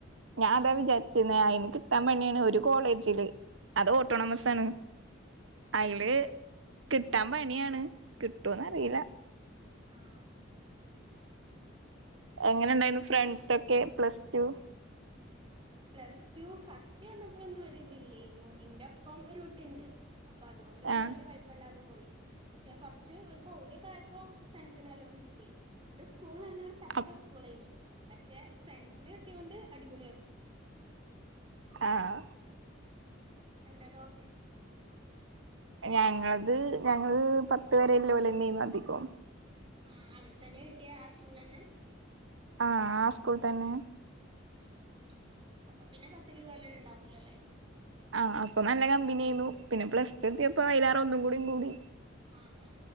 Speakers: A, on the right (about 80°); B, on the right (about 25°).
A: ഞാൻ
B: ആഹ്
A: അതാ വിചാരിച്ചിന്നേ
B: ആഹ്
A: അയിന് കിട്ടാൻ
B: ഉം
A: പണിയാണ് ഒരു കോളേജില് അത് ഓട്ടോണോമസാണ്
B: ആഹ് ആഹ്
A: അയില് കിട്ടാൻ പണിയാണ് കിട്ടോന്നറീല്ല
B: ഉം ആഹ്
A: എങ്ങനെ ഇണ്ടായിരുന്നു ഫ്രണ്ട്സൊക്കെ plus two
B: plus two first വന്നപ്പളൊന്നും ഒരു ഇതില്ലേന്നു ഇൻ്റെ ഒപ്പം ഒരു കുട്ടീണ്ട് അപ്പൊ അതുകൊണ്ട് പിന്നെ
A: ആഹ്
B: വല്യ കൊയപ്പല്ലാതെ പോയി പക്ഷേ കൊറച്ച് ഒരു പൗതിയൊക്കെ ആയപ്പോ ഫ്രെണ്ട്സിനെല്ലോം കിട്ടി ഇൻ്റെ സ്കൂള് തന്നെ ഒരു ചത്ത
A: അപ്
B: സ്കൂളേനി പക്ഷെ ഫ്രണ്ട്സിനെ കിട്ടിയോണ്ട് അടിപൊളിയാക്കി
A: ആഹ്
B: അൻ്റതോ
A: ഞങ്ങൾത് ഞങ്ങള് പത്ത് വരേ ഇല്ലോലെന്നേന്നു അധികും
B: ആഹ് അവിടെത്തന്നെ കിട്ടിയാ ആ സ്കൂൾളെന്നെ
A: ആഹ് ആ സ്കൂൾ തന്നെ
B: ആഹ് അപ്പ പിന്നെ പത്തില്ള്ളോലെന്നെ ഇണ്ടാവല്ലോലേ?
A: ആഹ് അപ്പ നല്ല കമ്പനിയേന്നു പിന്നെ പ്ലസ് ടു എത്തിയപ്പോ
B: ആഹ്
A: അയിലേറെ ഒന്നുകൂടി കൂടി
B: ആഹ്